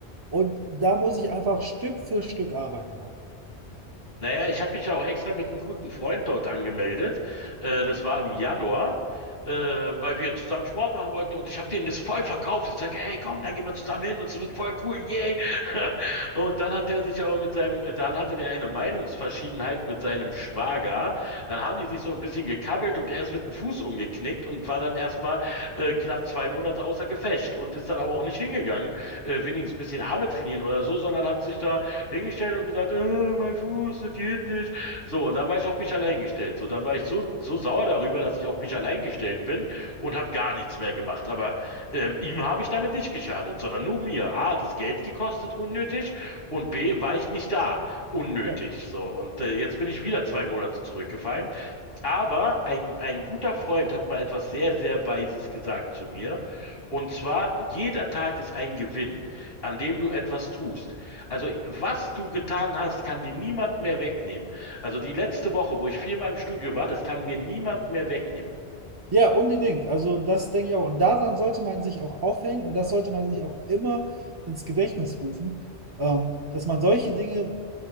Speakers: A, on the right; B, on the left.
A: Und da muss ich einfach Stück für Stück arbeiten halt.
B: Naja, ich habe mich auch extra mit einem guten Freund dort angemeldet. Äh, das war im Januar, äh, weil wir zusammen Sport machen wollten und ich habe denen das voll verkauft. Ich sage, ey, komm, dann gehen wir zusammen hin und es wird voll cool, yay. <laughs> Und dann hat er sich aber mit seinem, dann hatte der eine Meinungsverschiedenheit mit seinem Schwager. Dann haben die sich so ein bisschen gekabbelt und er ist mit dem Fuß umgeknickt und war dann erstmal äh, knapp zwei Monate außer Gefecht und ist dann aber auch nicht hingegangen, äh, wenigstens ein bisschen Arme trainieren oder so, sondern hat sich da hingestellt und gesagt, äh, mein Fuß, das geht nicht. So, und dann war ich auf mich allein gestellt. So, dann war ich so, so sauer darüber, dass ich auf mich allein gestellt bin und habe gar nichts mehr gemacht. Aber ähm, ihm habe ich damit nicht geschadet, sondern nur mir. A, hat das Geld gekostet, unnötig. Und B, war ich nicht da, unnötig.
A: Ja,
B: So, und äh, jetzt bin ich wieder zwei Monate zurückgefallen. Aber ein, ein guter Freund hat mal etwas sehr, sehr Weises gesagt zu mir. Und zwar, jeder Tag ist ein Gewinn, an dem du etwas tust. Also, was du getan hast, kann dir niemand mehr wegnehmen. Also, die letzte Woche, wo ich viermal im Studio war, das kann mir niemand mehr wegnehmen.
A: ja unbedingt. Also das denke ich auch. Und daran sollte man sich auch aufhängen und das sollte man sich auch immer ins Gedächtnis rufen, ähm, dass man solche Dinge